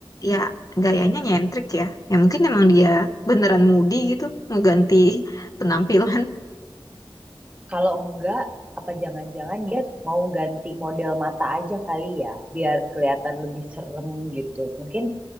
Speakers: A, on the left (about 40°); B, on the right (about 15°).
A: ya gayanya nyentrik ya. Ya mungkin emang dia beneran Moody gitu. Mau ganti <laughs> penampilan.
B: Kalau enggak, apa jangan-jangan dia mau ganti model mata aja kali ya, biar kelihatan lebih serem gitu. Mungkin